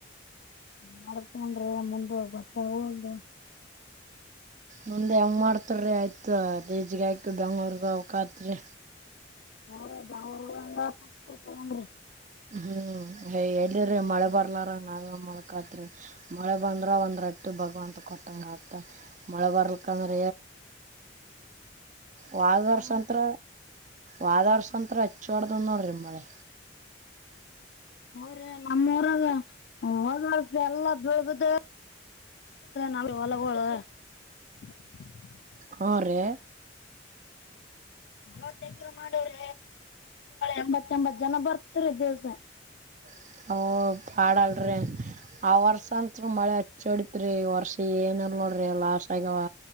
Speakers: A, on the left (about 60°); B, on the right (about 40°).
A: ನನ್ ಮಾಡತೊಂಡ್ರಿ ಮುಂದ ಬತ್ತ ಹೂಲ್ದು
B: ಮುಂದೆ ಹೆಂಗೆ ಮಾಡ್ತಾರೀ ಆಯ್ತು ತಜ್ಗಾಯ್ಕು ಬೆಂಗಳೂರ್ಗ ಅವಕತ್ೀ
A: ಹೋಾ ಹಂಗ ಹಪ್ಪ ರೂಪಾಯಿ ಅಂಗರಿ
B: ಹಾ <inaudible> ಏ ಎಿ್ರೀ ಮಳೆ ಬರ್ಲಾರ ನಾವ ಮಕತ್ರಿ ಮಳೆ ಬಂದ್ರ ಒಂದ್ ರಟ್ಟಿ ಭಗವಂತ ಮತ್ತ ಮಳೆ ಬರಲಿಕ್ಕ ನ್ರ ವಾದವರ್ಸಂತತ್ರ ವಾದವರ್ಸತ್ರ ಹಚ್ಚ ಹೊಡ್ದ ನೋಡ್ರಿಮ್ಮಳಿ
A: ಹಊರ ನಮ್ಮ ಊರಾಗ ಹೋದವರ್ಸ ಎಲ್ಲ ಬೀಳ್ಬುದ ನಾಳ ಒಲಬಳ <unintelligible>
B: ಹಾ ರಿ
A: ನಲವತ್ತ ಎಕ್ರ ಮಾಡೋ್ರ ಎಂಬತ್ತ ಎಂಬತ್ ಜನ ಬರ್ತರಿ ದಿವಸ
B: <unintelligible> <inaudible> ಆ ವರ್ಷ ಅಂತ್ ಮಳೆ ಹಚ್ಚ ಹೊಡತ್ರಿ ವರ್ಷ ಏನಲ್ ನೋಡ್ರಿ ಲಾಸ್ ಆಗ್ಯಾವ